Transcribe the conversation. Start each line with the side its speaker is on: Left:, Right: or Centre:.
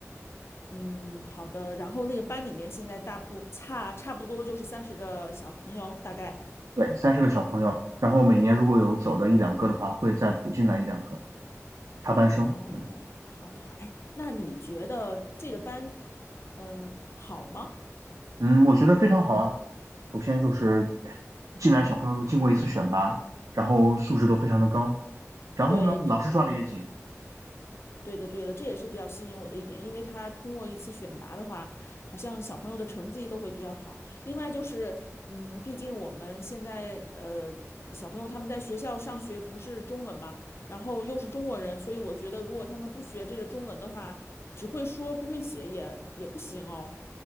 Left: 嗯，好的。然后那个班里面现在大部差差不多就是三十个小朋友，大概。
Right: 对，三十个小朋友，然后每年如果有走的一两个的话，会再补进来一两个。插班生，
Left: 哦，
Right: 嗯
Left: 好的好。哎，那你觉得这个班，嗯，好吗？
Right: 嗯，我觉得非常好啊。首先就是进来小朋友都经过一次选拔，然后素质都非常的高，然后呢，
Left: 对，
Right: 老师抓的也紧，
Left: 对的，对的，这也是比较吸引我的一点，因为他通过一次选拔的话，好像小朋友的成绩都会比较好。另外就是，嗯，毕竟我们现在呃，小朋友他们在学校上学不是中文嘛，然后又是中国人，所以我觉得如果他们不学这个中文的话，只会说不会写也也不行哦。